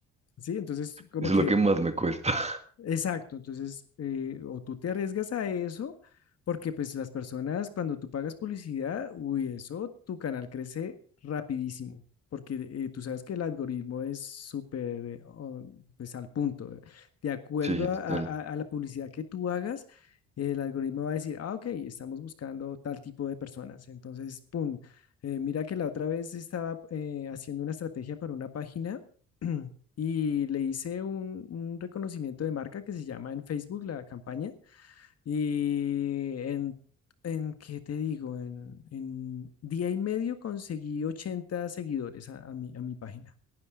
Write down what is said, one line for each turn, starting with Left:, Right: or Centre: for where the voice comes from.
Left: Sí, entonces como
Right: es lo
Left: que
Right: que más me cuesta. <laughs>
Left: Exacto, entonces, eh, o tú te arriesgas a eso, porque pues las personas, cuando tú pagas publicidad, uy, eso, tu canal crece rapidísimo, porque eh, tú sabes que el algoritmo es súper, eh, on- pues al punto, eh. de acuerdo
Right: Sí, total.
Left: a, a- a a la publicidad que tú hagas, el algoritmo va a decir, ah, ok, estamos buscando tal tipo de personas, entonces, pum, eh, mira que la otra vez estaba eh, haciendo una estrategia para una página. <clears throat> y le hice un, un reconocimiento de marca que se llama en Facebook la campaña y en, en ¿qué te digo? En, en día y medio conseguí 80 seguidores a, a mi, a mi página.